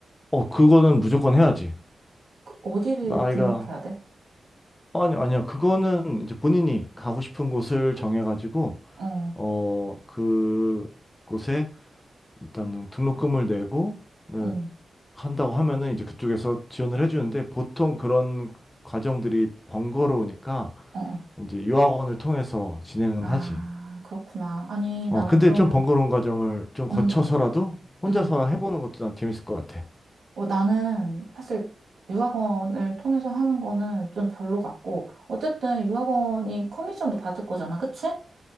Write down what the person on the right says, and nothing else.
그 어디를
등록해야 돼?
어,
응,
어, 어.
아,
그렇구나. 아니, 나는
그러면,
음,
음.
어, 나는 사실 유학원을 통해서 하는 거는 좀 별로 같고, 어쨌든 유학원이 커미션도 받을 거잖아, 그치?